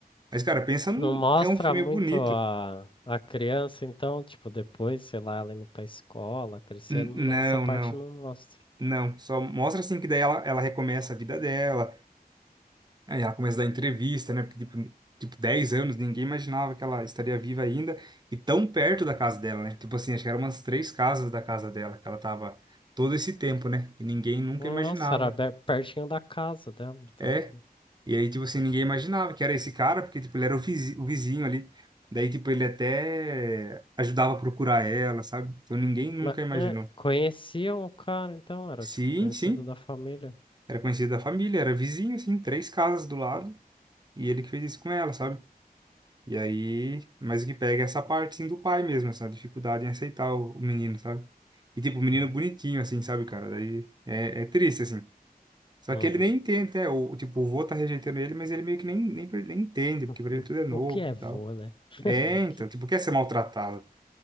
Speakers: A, on the right; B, on the left.
A: Mas, cara, pensa num...
B: Não mostra
A: É um filme
B: muito
A: bonito.
B: a, a criança, então, tipo, depois, sei lá, ela indo pra escola, crescendo,
A: N- não,
B: essa parte
A: não.
B: não mostra.
A: Não, só mostra assim que daí ela, ela recomeça a vida dela, aí ela começa a dar entrevista, né? Porque, tipo, tipo, 10 anos, ninguém imaginava que ela estaria viva ainda e tão perto da casa dela, né? Tipo assim, acho que eram umas três casas da casa dela que ela tava todo esse tempo, né? E ninguém nunca
B: Nossa,
A: imaginava.
B: era be- pertinho da casa dela, então.
A: É.
B: tá.
A: E aí, tipo assim, ninguém imaginava que era esse cara, porque, tipo, ele era o vizi- o vizinho ali. Daí, tipo, ele até ajudava a procurar ela, sabe? Então ninguém nunca
B: Mas,
A: imaginou.
B: é, conheciam o cara, então, era,
A: Sim,
B: tipo, conhecido
A: sim.
B: da família.
A: Era conhecido da família, era vizinho, assim, três casas do lado. E ele que fez isso com ela, sabe? E aí, mas o que pega é essa parte, assim, do pai mesmo, essa dificuldade em aceitar o, o menino, sabe? E, tipo, o menino
B: Sei.
A: bonitinho, assim, sabe, cara? Daí é, é triste, assim. Só
B: Uhum.
A: que ele nem entende, né? O, tipo, o vô tá rejeitando ele, mas ele meio que nem, nem, per- nem entende,
B: <laughs>
A: porque
B: Uhum.
A: pra ele tudo é novo
B: O que é vô,
A: e tal.
B: né? <laughs>
A: É,
B: O
A: então,
B: que
A: tipo, quer ser maltratado.